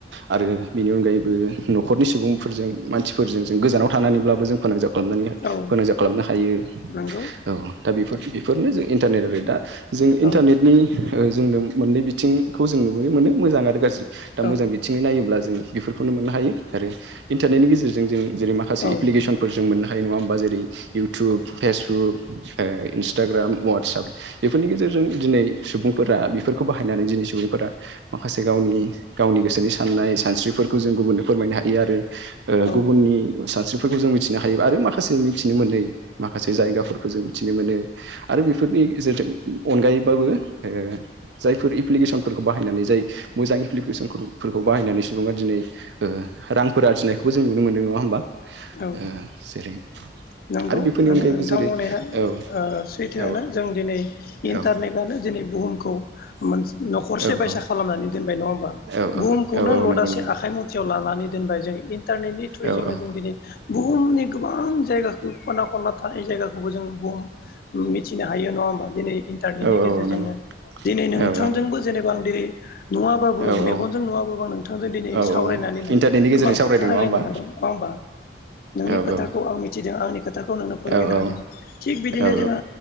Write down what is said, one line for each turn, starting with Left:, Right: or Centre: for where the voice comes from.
Right: आरो रो बेनि अनगायैबो न'खरनि सुबुंफोरजों मानसिफोरजों जों गोजानाव थानानैब्लाबो जों फोनांजाब खालामनानै
Left: औ
Right: फोनांजाब खालामनो हायो।
Left: नंगौ
Right: औ। दा बेफोर बेफोरनो जों इन्टारनेट आरो दा। जों इन्टारनेटनि
Left: औ
Right: ओ जोंनो मोननै बिथिंखौ जों नुबोनो मोनदों, मोजां आरो गाज्रि। दा
Left: औ
Right: मोजां बिथिङै नायोब्ला जों बेफोरखौनो मोननो हायो आरो इन्टारनेटनि गेजेरजों जों जेरै माखसे
Left: औ
Right: एप्फेकेस्नफोर जों मोननो हा हायो नङा होमबा? जेरै इउथुब फेसबुक ओ इन्सटाग्राम वाटसाप। बेफोरनि गेजेर जों दिनै सुबुंफोरा बेफोरखौ बाहायनानै दिनै सुबुंफोरा माखासे गावनि गावनि गोसोनि सान नाय सानस्रिफोरखौ जों गुबुननो फोरमायनो हायो आरो ओ
Left: औ
Right: गुबुननि सानस्रिफोरखौ जों मिथिनो हायो आरो माखासे मिथिनो मोनै माखासे जायगाफोरखो जों मिथिनो मोनो आरो बेफोरनि गेजेरजों अनगायैबाबो ओ जायफोर इफ्लिके सनफोरखौ बाहायनानै जाय मोजां इफ्लिफेसनफोरखौ बाहायनानै सुबुंआ दिनै ओ रां फोर आरजिनायखौबो जों नुनो मोन्दों नङा होमबा?
Left: औ
Right: ओ जेरै
Left: नंगौ
Right: आरो बेफोरनि
Left: नों-नोंथां
Right: अनगायैबो जेरै
Left: बुंनाया
Right: औ
Left: ओ सैथोआनो
Right: औ
Left: जों दिनै इन्टारनेटआनो
Right: औ
Left: दिनै बे बुहुमखौ मोनस न'खरसे
Right: औ
Left: बायसा खालामनानै दोनबाय नङा होमबा
Right: औ
Left: बुहुमखौनो
Right: औ औ
Left: लदासे
Right: नंगौ नंगौ
Left: आखाइ मुथि याव लानानै दोनबाय। जों इन्टारनेटनि थ्रुयैजोंनो
Right: औ औ
Left: जों दिनै बुहुमनि गोबां जायगाखौ खना खनला थानाय जायगाखौबो जों बुहुम मिथिनो हायो न नङा होमा दिनै इन्टारनेटनि
Right: औ
Left: गेजेरजोंनो
Right: औ औ नंगौ
Left: दिनै नोंथांजोंबो
Right: औ
Left: जेनेबा आं दिरै नुवाबाबो
Right: औ
Left: मेगनजों नुवाबाबा नोंथांजों दिनै
Right: औ
Left: सावरायनानै
Right: औ इन्टारनेटनि गेजेरजों
Left: गोबां
Right: सावरायदों
Left: खोथा
Right: नङा
Left: रायलायनो
Right: होमबा
Left: हादों, नङा होमबा? नोंनि
Right: औ
Left: खोथाखौ
Right: औ
Left: आं मिथिदों आंनि खोथा खौ नोंनो फोरमायनो
Right: औ औ
Left: हादों। थिग बिदिनो
Right: औ
Left: जोङो